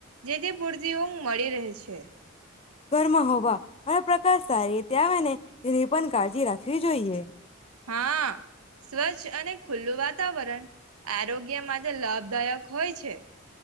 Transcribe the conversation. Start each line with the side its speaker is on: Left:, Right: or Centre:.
Right: જેથી પૂરતી ઊંઘ મળી રહે છે.
Left: ઘરમાં હોવા અને પ્રકાશ થાય <unintelligible> તેની પણ કાળજી રાખવી જોઈએ.
Right: હા સ્વચ્છ અને ખુલ્લું વાતાવરણ આરોગ્ય માટે લાભદાયક હોય છે.